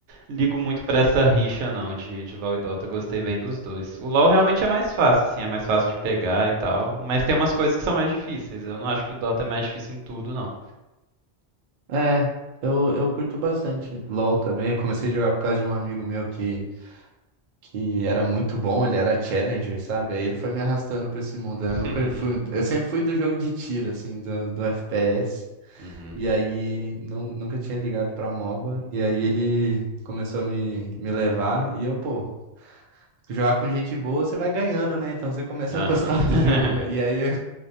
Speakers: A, on the right; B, on the right.
A: ligo muito pra essa rixa, não, de, de LoL e Dota. Gostei bem dos dois. O LoL realmente é mais fácil, assim, é mais fácil de pegar e tal. Mas tem umas coisas que são mais difíceis. Eu não acho que o Dota é mais difícil em tudo, não.
B: É, eu, eu curto bastante LoL também. Eu comecei a jogar por causa de um amigo meu que, que era muito bom, ele era Challenger, sabe? Aí ele foi me arrastando pra esse mundo. né? Eu nunca
A: <laughs>
B: fui. Eu sempre fui do jogo de tiro, assim, do, do FPS.
A: Uhum.
B: E aí nu- nunca tinha ligado pra MOBA. E aí ele começou a me, me levar. E eu, pô, jogar com gente boa você vai ganhando, né? Então você começa
A: Aham.
B: a <laughs> gostar do jogo. E
A: <laughs>
B: aí,